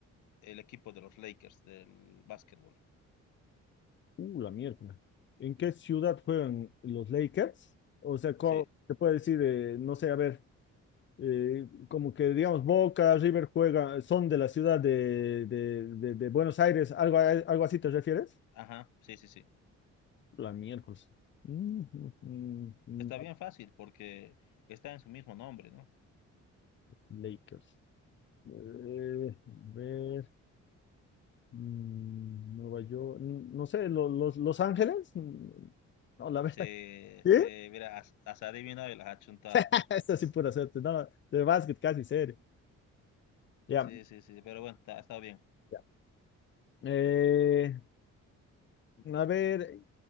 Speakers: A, on the left (about 80°); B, on the left (about 40°).
A: el equipo de los Lakers del básquetbol?
B: Uh, la miércoles. ¿En qué ciudad juegan los Lakers? O sea, ¿cómo
A: Sí,
B: se puede decir, eh, no sé, a ver, eh, como que digamos Boca, River juega, son de la ciudad de, de- de- de Buenos Aires, ¿algo, a- algo así te refieres?
A: ajá, sí, sí, sí.
B: La miércoles. Mm, mm, mm, mm,
A: Está bien fácil porque está en su mismo nombre, ¿no?
B: Lakers. Eh, a ver, mm, Nueva York, mm, no sé, lo- los, Los Ángeles. Mm, No, la verdad.
A: Sí,
B: ¿Sí?
A: se, mira, has- has adivinado y las has chuntado.
B: <laughs> Esa sí pura suerte. No, de básquet casi serio. Ya.
A: Sí, sí, sí, pero bueno, está, está bien.
B: Ya. Eh, a ver,